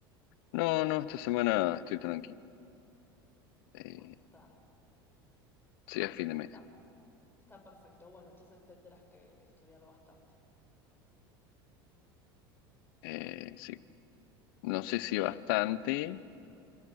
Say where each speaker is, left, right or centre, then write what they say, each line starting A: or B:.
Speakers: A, on the left; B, on the left.
A: No, no, esta semana estoy tranqui. Eh,
B: Bueno, está,
A: sería
B: está
A: fin de mes.
B: Está perfecto. Bueno, entonces tendrás que estudiar bastante.
A: Eh, sí. No
B: <laughs>
A: sé si bastante,